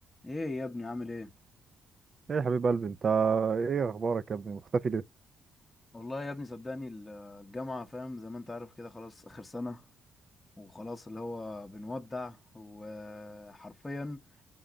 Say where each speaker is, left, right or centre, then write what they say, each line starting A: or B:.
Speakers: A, on the left; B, on the right.
A: ايه يا ابني عامل ايه
B: ايه يا حبيب قلبي انت ايه اخبارك يا ابني مختفي ليه
A: والله يا ابني صدقني ال- الجامعة فاهم زي ما انت عارف كده خلاص اخر سنة وخلاص اللي هو بنودع وحرفيا